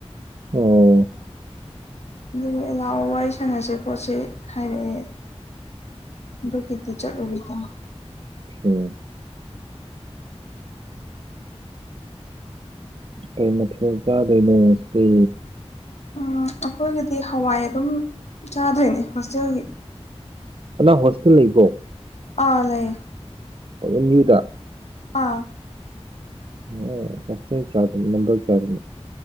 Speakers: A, on the right; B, on the left.
A: ꯑꯣ
B: ꯑꯗꯨ ꯑꯦꯂꯥꯎꯑꯣ ꯋꯥꯔꯤ ꯁꯥꯟꯅꯁꯤꯦ ꯈꯣꯠꯁꯦ ꯍꯥꯏꯔꯛꯑꯦ ꯑꯗꯨ ꯀꯗꯤ ꯆꯠꯂꯨꯒꯤꯗꯃ
A: ꯑꯣꯝ ꯀꯩ ꯃꯊꯦꯜ ꯆꯥꯗꯣꯏꯅꯣꯇꯦ
B: ꯎ ꯑꯩꯈꯣꯏꯒꯗꯤ ꯍꯋꯥꯏ ꯑꯗꯨꯝ ꯆꯥꯗꯣꯏꯅꯦ ꯍꯣꯁꯇꯦꯜꯒꯤ
A: ꯑꯅꯥ ꯍꯣꯁꯇꯦꯜ ꯂꯩꯕꯣ
B: ꯑꯥ ꯂꯩꯑꯌꯦ
A: ꯑꯣ ꯌ꯭ꯌꯨꯗ
B: ꯑꯥ
A: ꯑꯣ ꯐꯁꯒꯤ ꯀꯥꯗ ꯅꯝꯕꯔ ꯀꯥꯔꯅꯤ